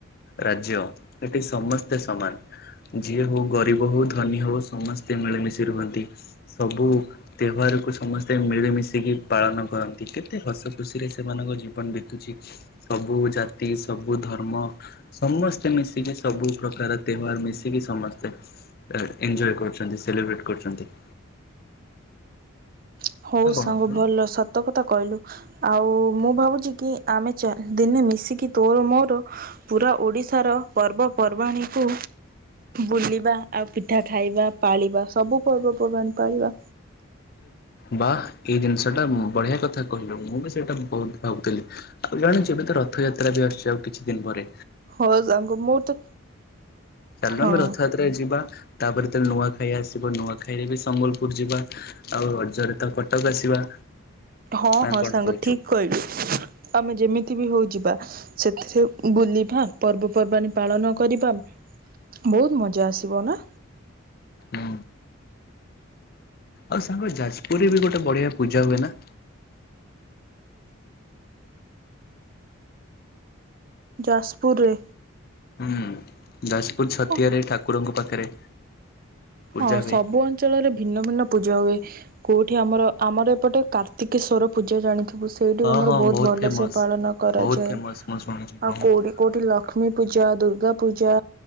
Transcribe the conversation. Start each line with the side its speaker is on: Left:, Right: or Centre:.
Left: ରାଜ୍ୟ, ଏଠି ସମସ୍ତେ ସମାନ୍‌। ଯିଏ ହଉ ଗରିବ ହଉ ଧନୀ ହଉ ସମସ୍ତେ ମିଳିମିଶି ରୁହନ୍ତି। ସବୁ ତେହ୍ୱାର କୁ, ସମସ୍ତେ ମିଳି ମିଶିକି ପାଳନ କରନ୍ତି, କେତେ ହସ ଖୁସିରେ ସେମାନଙ୍କ ଜୀବନ୍ ବିତୁଚି। ସବୁ ଜାତି ସବୁ ଧର୍ମ ସମସ୍ତେ ମିଶିକି, ସବୁ ପ୍ରକାର୍ ତେହ୍ୱାର୍ ମିଶିକି ସମସ୍ତେ ଏଞ୍ଜୟେ କରୁଚନ୍ତି, ସେଲିବ୍ରେଟ୍ କ--ଚନ୍ତି।
Right: <inaudible>
Left: ନା କଣ କହୁନୁ?
Right: ତ କଥା କହିଲୁ, ଆଉ ମୁଁ ଭାବୁଚି କି ଆମେ ଦିନେ ମିଶିକି ତୋର ମୋର ପୁରା ଓଡ଼ିଶାର ପର୍ବ ପର୍ବାଣୀକୁ ବୁଲିବା ଆଉ ପିଠା ଖାଇବା ପାଳିବା, ସବୁ ପର୍ବପର୍ବାଣୀ ପାଳିବା।
Left: ବା ଏଇ ଦିନ୍‌ଷ ଟା ବଢ଼ିଆ କଥା କହିଲୁ, ମୁଁ ବି ସେଇଟା ବହୁତ୍ ଭାବୁଥିଲି। ଆଉ ଜାଣିଚୁ, ଏବେ ତ ରଥଯାତ୍ରା ବି ଆ--ଚି ଆଉ କିଛି ଦିନ୍‌ ପରେ।
Right: ହଁ ସାଙ୍ଗ ମୋର ତ
Left: <inaudible>
Right: ହଁ
Left: ଯିବା, ତା'ପରେ ନୂଆଖାଇ ଆସିବ ନୂଆଖାଇରେ ବି ସମ୍ବଲ୍ ପୁର୍ ଯିବା। ଆଉ ରଜରେ ତ କଟକ ଆସିବା।
Right: ହଁ
Left: ନା
Right: ହଁ
Left: କଣ
Right: ସାଙ୍ଗ
Left: କହୁଛୁ?
Right: ଠିକ କହିଲୁ ଆମେ ଯେମିତି ବି ହଉ ଯିବା। ସେଥିରେ ବୁଲିବା ପର୍ବପର୍ବାଣିୀ ପାଳନ କରିବା। ବହୁତ ମଜା ଆସିବ ନା?
Left: ହୁଁ। ଆଉ ସାଙ୍ଗ ଯାଜପୁରରେ ବି ଗୋଟେ ବଢିଆ ପୂଜା ହୁଏ ନା।
Right: ଯାଜପୁରରେ
Left: ହୁଁ ଯାଜପୁର ଛତିଆରେ
Right: ହଁ
Left: ଠାକୁରଙ୍କ ପାଖରେ ପୂଜା
Right: ହଁ
Left: ହୁଏ।
Right: ସବୁ ଅଞ୍ଚଳରେ ଭିନ୍ନ ଭିନ୍ନ ପୂଜା ହୁଏ। କୋଉଠି ଆମର ଆମର ଏପଟେ କାର୍ତ୍ତିକେଶ୍ୱର ପୂଜା ଜାଣିଥିବୁ ସେ ସେଇଠି
Left: ହଁ
Right: ଆମର
Left: ହଁ
Right: ବହୁତ ଭଲସେ
Left: ଫେମସ୍
Right: ପାଳନ କରାଯାଏ,
Left: ବହୁତ ଫେମସ୍ ମୁଁ ଶୁଣିଛି
Right: ଆଉ
Left: ବହୁତ।
Right: କୋଉଠି କୋଉଠି ଲକ୍ଷ୍ମୀ ପୂଜା, ଦୁର୍ଗା ପୂଜା